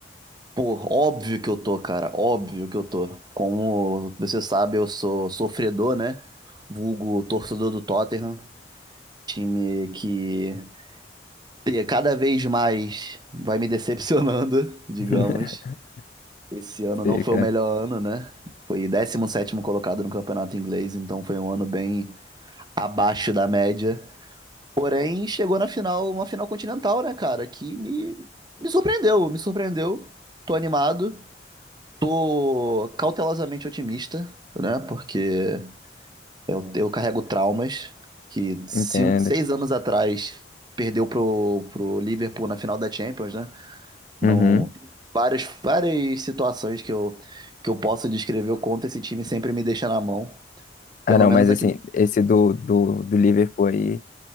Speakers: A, on the right; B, on the left.
A: Pô, óbvio que eu tô, cara. Óbvio que eu tô. Como você sabe, eu sou sofredor, né? Vulgo torcedor do Tottenham. Time que te- cada vez mais vai me decepcionando, <laughs> digamos.
B: <laughs>
A: Esse ano
B: Sei,
A: não foi
B: cara,
A: o melhor ano, né? Foi décimo sétimo colocado no campeonato inglês, então foi um ano bem abaixo da média. Porém, chegou na final, uma final continental, né, cara? Que me, me surpreendeu, me surpreendeu. Tô animado, tô cautelosamente otimista, né? Porque eu, eu carrego traumas que cinco,
B: entendo.
A: seis anos atrás perdeu pro, pro Liverpool na final da Champions, né? Não,
B: Uhum.
A: várias, várias situações que eu, que eu posso descrever o quanto esse time sempre me deixa na mão.
B: Ah,
A: Pelo
B: não,
A: menos
B: mas
A: aqui
B: assim, esse do, do, do Liverpool aí,